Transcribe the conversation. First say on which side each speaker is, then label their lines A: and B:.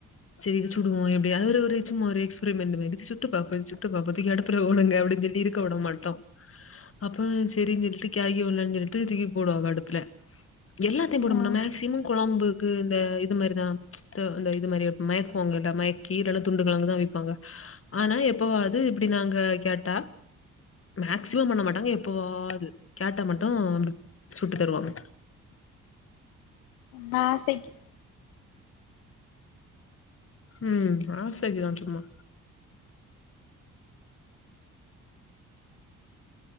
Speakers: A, on the left; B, on the left.
A: செரி இத சுடுவோ எப்டியாது ஒரு சும்மா ஒரு எக்ஸ்ப்ரிமெண்ட் மாதிரி சுட்டு பாப்போ இது சுட்டு பாப்போ தூக்கி அடுப்புல போடுங்க அப்டின் சொல் இருக்க விட மாட்டோ அப்ப செரின் சொல்லிட்டு கேகி ஒடலான் சொல்லிட்டு தூக்கி போடுவாங்க அடுப்புல எல்லாத்தையு போடம்பனு
B: ஆ
A: மேக்சிமம் கொழம்புக்கு இந்த இது மாரிதா இது மாரி மயக்குங்கவாங்கள மயக்கீர துண்டுகெழங்குதா ப்பாங்க ஆனா எப்பவாது இப்டி நாங்க கேட்டா மேக்சிமம்
B: ம்
A: பண்ண மாட்டாங்க எப்போவாவ்து கேட்டா மட்டு அப்டு சுட்டு தருவாங்க
B: நாசக்கீ
A: ம் ஆசக்கிதா சும்மா